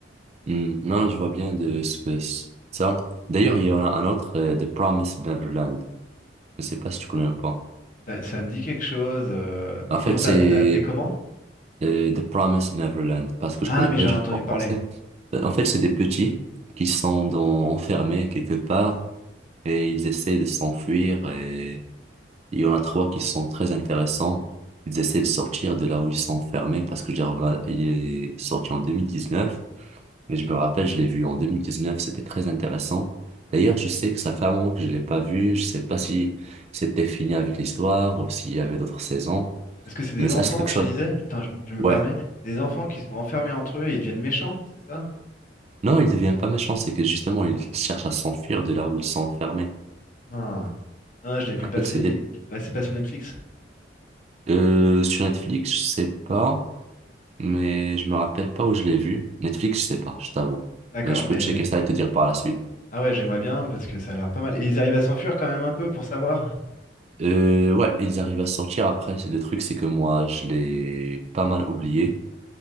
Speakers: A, on the right; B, on the left.
A: Hmm, Non, non, je vois bien de ce que c'est ça. D'ailleurs, il y en a un autre, euh, The Promised Neverland. Je sais pas si tu connais ou pas.
B: Ça, ça me dit quelque chose. euh,
A: En fait,
B: Comment t'as
A: c'est
B: t'as appelé comment?
A: euh, The Promised Neverland parce que
B: Ah,
A: je connais
B: mais
A: pas
B: j'ai
A: du
B: entendu
A: tout en français.
B: parler.
A: Euh, En fait, c'est des petits qui sont dans, enfermés quelque part et ils essaient de s'enfuir et il y en a trois qui sont très intéressants. Ils essaient de sortir de là où ils sont enfermés parce que j'ai regardé, il est sorti en 2019. Mais je me rappelle, je l'ai vu en 2019, c'était très intéressant. D'ailleurs, je sais que ça fait un moment que je l'ai pas vu. Je sais pas si c'était fini avec l'histoire ou s'il y avait d'autres saisons.
B: Est-ce que c'est des
A: Mais ça,
B: enfants,
A: c'est quelque
B: tu
A: chose.
B: disais? Attends, je, m- je me
A: Ouais.
B: permets. C'est des enfants qui sont enfermés entre eux et ils deviennent méchants, c'est ça?
A: Non, il devient pas méchant, c'est que justement, il cherche à s'enfuir de là où ils sont enfermés.
B: Ah, Ah, je l'ai vu
A: En
B: passer.
A: fait, c'est
B: il-
A: des...
B: il- ouais, c'est pas sur Netflix?
A: Euh, sur Netflix, je sais pas, mais je me rappelle pas où je l'ai vu. Netflix, je sais pas, je t'avoue.
B: D'accord,
A: Mais je
B: mais.
A: peux checker ça et te dire par la suite.
B: Ah ouais, j'aimerais bien parce que ça a l'air pas mal. Et ils arrivent à s'enfuir quand même un peu pour savoir?
A: Euh, ouais, ils arrivent à sortir après. c'est Le truc, c'est que moi, je l'ai pas mal oublié.